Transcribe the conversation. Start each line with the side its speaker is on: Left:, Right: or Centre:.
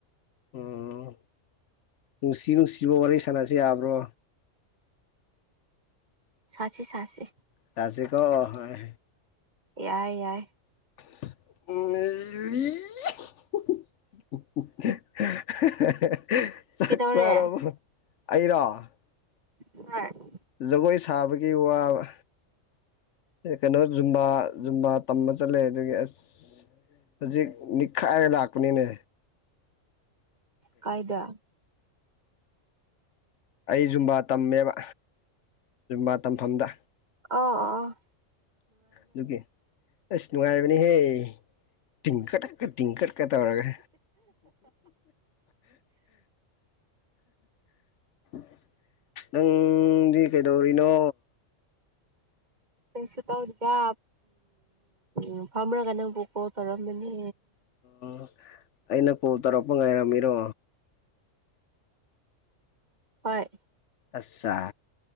Left: ꯎꯝ ꯅꯨꯡꯁꯤ ꯅꯨꯡꯁꯤꯕ ꯋꯥꯔꯤ ꯁꯥꯟꯅꯁꯦ ꯌꯥꯕ꯭ꯔꯣ
Right: ꯁꯥꯁꯦ ꯁꯥꯁꯦ
Left: ꯆꯥꯁꯦꯀꯣ ꯍꯣꯏ
Right: ꯌꯥꯏ ꯌꯥꯏ
Left: <unintelligible> <unintelligible>
Right: ꯀꯩꯗꯧꯔꯦ ꯍꯣꯏ
Left: ꯖꯒꯣꯏ ꯁꯥꯕꯒꯤ ꯋꯥꯕ ꯑꯦ ꯀꯩꯅꯣ ꯖꯨꯝꯕꯥ ꯖꯨꯝꯕꯥ ꯇꯝꯕ ꯆꯠꯂꯦ ꯑꯗꯨꯒꯤ ꯑꯁ ꯏꯁ ꯍꯧꯖꯤꯛ ꯅꯤꯛꯈꯥꯏꯔ ꯂꯥꯛꯄꯅꯤꯅꯦ
Right: ꯀꯥꯏꯗ
Left: ꯑꯩ ꯖꯨꯝꯕꯥ ꯇꯝꯃꯦꯕ ꯖꯨꯝꯕꯥ ꯇꯝꯐꯝꯗ
Right: ꯑ ꯑ
Left: ꯑꯗꯨꯒꯤ ꯏꯁ ꯅꯨꯡꯉꯥꯏꯕꯅꯤ ꯍꯦ ꯇꯤꯡꯈꯠꯇ <unintelligible> ꯇꯧꯔꯒ <unintelligible> ꯅꯪꯗꯤ ꯀꯩꯗꯧꯔꯤꯅꯣ
Right: ꯀꯩꯁꯨ ꯇꯧꯗꯤꯗꯥ ꯎꯝ ꯐꯝꯔꯒ ꯅꯪꯕꯨ ꯀꯣꯜ ꯇꯧꯔꯝꯕꯅꯦ
Left: ꯎꯝ ꯑꯩꯅ ꯀꯣꯜ ꯇꯧꯔꯛꯄ ꯉꯥꯏꯔꯝꯃꯤꯔꯣ
Right: ꯍꯣꯏ
Left: ꯑꯁꯁꯥ